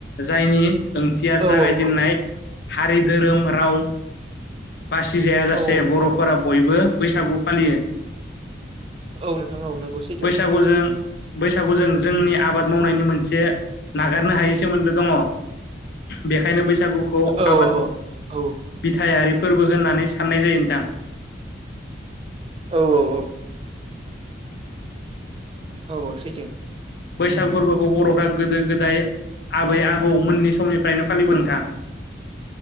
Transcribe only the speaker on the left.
जायनि ओंथिया
जागायजेननाय
हारि धोरोम राव बासिजायाजासे
बर'फोरा
बयबो बैसागु फालियो।
बैसागु जों बैसागु जों जोंनि आबाद मावनायनि मोनसे नागारनो हायै सोमोन्दो दङ। बेखायनो बै बैसागुखौ
आबाद
बिथायारि फोरबो होननानै साननाय जायो नोंथां।
बैसाग फोरबोखौ बर'फ्रा गोदो गोदाय आबै आबौ मोननि समनिफ्रायनो फालिबोनाय नोंथां।